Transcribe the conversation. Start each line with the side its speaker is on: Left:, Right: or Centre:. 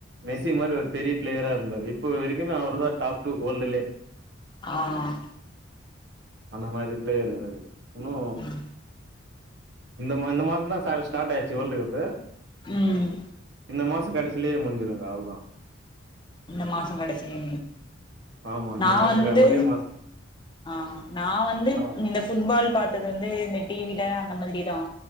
Right: மெஷி மாரி ஒரு பெரிய பிளேயரா இருந்தாரு இப்போ வரைக்குமே அவர் தான் டாப் டூ வேல்டுலே
Left: ஆஹ்
Right: அந்த மாரி பிளயரு அவரு இன்னு
Left: உம்
Right: இந்த மா இந்த மாசம் தான் <unintelligible> ஸ்டார்ட் ஆயிச்சு வேர்ல்ட் கப்பு
Left: உம்
Right: இந்த மாசம் கடைசிலயே முடிஞ்சுருங்க்க அவளதா
Left: இந்த மாசம் கடைசிய
Right: ஆமா இந்த
Left: நான்
Right: மாச
Left: வந்து
Right: க ஒரே மாச
Left: ஆஹ் நான் வந்து
Right: ஆ
Left: இந்த புட்பால் பாத்து தது வந்து இந்த டி வில அந்த மாதிரி தான்